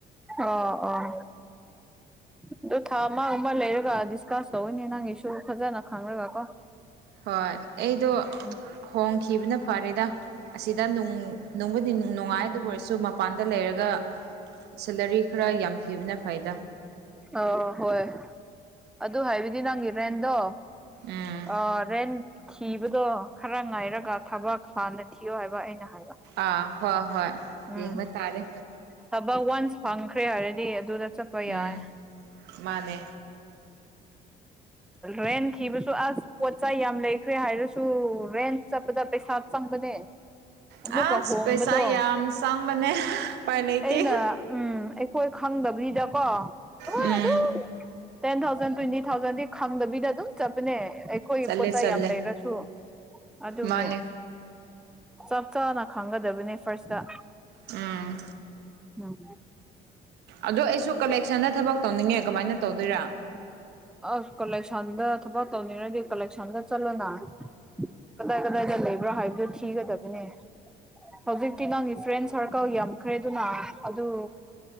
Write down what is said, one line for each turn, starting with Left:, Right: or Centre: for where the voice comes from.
Centre: ꯑꯣ ꯑꯣ ꯑꯗꯨ ꯊꯥ ꯑꯃ ꯒꯨꯝꯕ ꯂꯩꯔꯒ ꯗꯤꯁꯀꯥꯁ ꯇꯧꯋꯦꯅꯦ ꯅꯪꯒꯤꯁꯨ ꯐꯖꯅ ꯈꯪꯔ꯭ꯔꯒ ꯀꯣ
Right: ꯍꯣꯏ ꯑꯩꯗꯣ
Centre: ꯎꯝ
Right: ꯍꯣꯡꯈꯤꯕꯅ ꯐꯔꯦꯗ ꯑꯁꯤꯗꯅꯨꯡ ꯅꯨꯡꯕꯨꯗꯤ ꯅꯨꯡꯉꯥꯏ ꯑꯗꯨꯕꯨ ꯑꯣꯏꯔꯁꯨ ꯃꯄꯥꯟꯗ ꯂꯩꯔꯒ ꯁꯦꯂꯔꯤ ꯈꯔ ꯌꯥꯝꯈꯤꯕꯅ ꯐꯩꯗ
Centre: ꯑꯥ ꯍꯣꯏ ꯑꯗꯨ ꯍꯥꯏꯕꯗꯤ ꯅꯪꯒꯤ ꯔꯦꯟꯗꯣ
Right: ꯎꯝ
Centre: ꯑꯥ ꯔꯦꯟ ꯊꯤꯕꯗꯣ ꯈꯔ ꯉꯥꯏꯔꯒ ꯊꯕꯛ ꯍꯥꯟꯅ ꯊꯤꯌꯣ ꯍꯥꯏꯕ ꯑꯩꯅ ꯍꯥꯏꯕ
Right: ꯑꯥ ꯍꯣꯏ ꯍꯣꯏ
Centre: ꯎꯝ
Right: ꯌꯦꯡꯕ ꯇꯥꯔꯦ
Centre: ꯊꯕꯛ ꯋꯥꯟꯁ ꯐꯪꯈ꯭ꯔꯦ ꯍꯥꯏꯔꯗꯤ ꯑꯗꯨꯗ ꯆꯠꯄ
Right: ꯎꯝ
Centre: ꯌꯥꯏ
Right: ꯃꯥꯅꯦ
Centre: ꯔꯦꯟ ꯊꯤꯕꯁꯨ ꯑꯁ ꯄꯣꯠ ꯆꯩ ꯌꯥꯝ ꯂꯩꯈ꯭ꯔꯦ ꯍꯥꯏꯔꯁꯨ ꯔꯦꯟ ꯆꯠꯄꯗ ꯄꯩꯁꯥ ꯆꯪꯕꯅꯦ <inaudible> ꯑꯃꯨꯛꯀ
Right: ꯑꯁ
Centre: ꯍꯣꯡꯕꯗꯣ
Right: ꯄꯩꯁꯥ ꯌꯥꯝ ꯆꯪꯕꯅꯦ ꯎꯄꯥꯏ ꯂꯩꯇꯦ
Centre: ꯑꯩꯅ ꯎꯝ ꯍꯣꯏ ꯈꯪꯗꯕꯤꯗꯀꯣ ꯍꯣꯏ
Right: ꯎꯝ
Centre: ꯑꯗꯨꯝ ꯇꯦꯟ ꯊꯥꯎꯖꯟ ꯇ꯭ꯋꯦꯟꯇꯤ ꯊꯥꯎꯖꯟꯗꯤ ꯈꯪꯗꯕꯤꯗ ꯑꯗꯨꯝ ꯆꯠꯄꯅꯦ ꯑꯩꯈꯣꯏꯒꯤ
Right: ꯆꯠꯂꯦ
Centre: ꯄꯣꯠ ꯆꯩ
Right: ꯆꯠꯂꯦ
Centre: ꯌꯥꯝ ꯂꯩꯔꯁꯨ ꯑꯗꯨꯒꯤ
Right: ꯃꯥꯅꯦ
Centre: ꯆꯞ ꯆꯥꯅ ꯈꯪꯒꯗꯕꯅꯤ ꯐꯥꯔꯁꯇ
Right: ꯎꯝ
Centre: ꯎꯝ
Right: ꯑꯗꯣ ꯑꯩꯁꯨ ꯀꯂꯦꯛꯁꯟꯗ ꯊꯕꯛ ꯇꯧꯅꯤꯡꯉꯦ ꯀꯃꯥꯏꯅ ꯇꯧꯗꯣꯏꯔꯥ
Centre: ꯑꯁ ꯀꯂꯦꯛꯁꯟꯗ ꯊꯕꯛ ꯇꯧꯅꯤꯡꯔꯗꯤ ꯀꯂꯦꯛꯁꯟꯗ ꯆꯠꯂꯣꯅꯥ ꯀꯗꯥꯏ ꯀꯗꯥꯏꯗ ꯂꯩꯕ꯭ꯔ ꯍꯥꯏꯕꯗꯨ ꯊꯤꯒꯗꯕꯅꯦ ꯍꯧꯖꯤꯛꯇꯤ ꯅꯪꯒꯤ ꯐ꯭ꯔꯦꯟ ꯁꯥꯔꯀꯜ ꯌꯥꯝꯈ꯭ꯔꯦ ꯑꯗꯨꯅ ꯑꯗꯨ